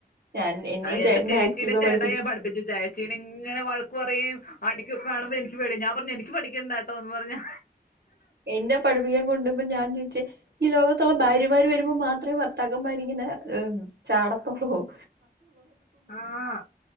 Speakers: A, on the right; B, on the left.
A: ഞാൻ എന്നെയും
B: എന്റെ
A: ചേട്ടനെയും
B: ചേച്ചീനെ
A: ആക്റ്റീവാ
B: ചേട്ടായി
A: പഠിപ്പിക്കാൻ
B: പഠിപ്പിച്ചു ചേച്ചീനെ ഇങ്ങനെ വഴക്ക് പറയ്യേ അടിക്കൊക്കെ കാണുമ്പോൾ എനിക്ക്‌ പേടിയാ ഞാൻ പറഞ് എനിക്ക് പഠിക്കേണ്ട കേട്ടോ എന്ന് പറഞ്ഞ്
A: എന്നെ പഠിപ്പിക്കാൻ കൊണ്ട് പോയപ്പോൾ ഞാൻ ചോദിച്ച് - ഈ ലോകത്തുള്ള ഭാര്യമാര് വര- മാത്രമേ ഭർത്താക്കൻമ്മാര് ഇങ്ങനെ - <unintelligible> ചാടത്തോള്വും
B: ആഹ്